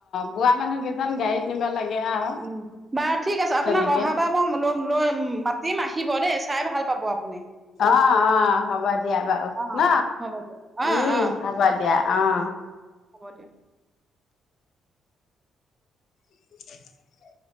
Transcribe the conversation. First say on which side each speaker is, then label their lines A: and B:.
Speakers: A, on the left; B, on the right.
A: বোৱা মানুহ কেইজন গাড়ীত নিব লাগে আৰু
B: উম বাৰু ঠিক আছে আপোনাক
A: তেনেকে
B: অহাবাৰ মই লৈ <unintelligible> মাতিম আহিব দেই চাই ভাল পাব। আপুনি
A: অ অ হ'ব দিয়া বাৰু
B: অ
A: ন
B: হ'ব দিয়ক অ
A: উম
B: অ
A: হ'ব দিয়া অ
B: হব দিয়া
A: <inaudible>